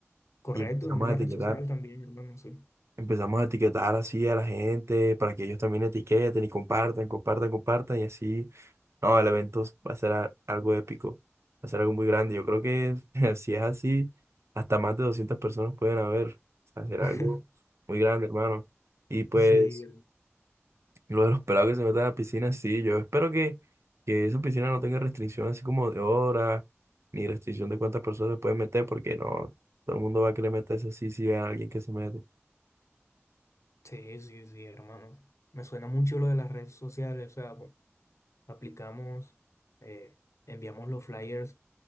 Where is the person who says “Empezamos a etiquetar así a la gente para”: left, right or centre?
Right